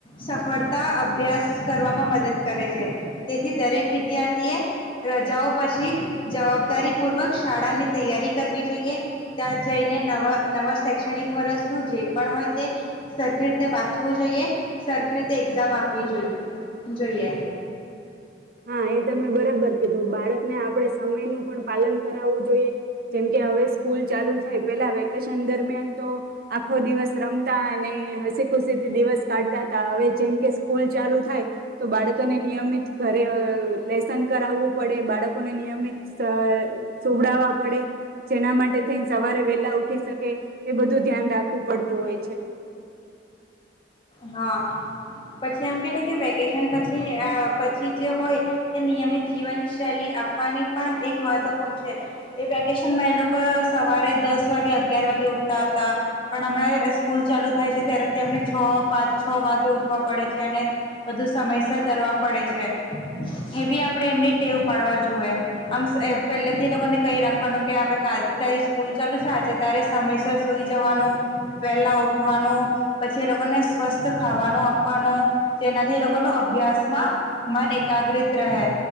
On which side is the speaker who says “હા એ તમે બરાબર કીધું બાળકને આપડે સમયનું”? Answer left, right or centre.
Right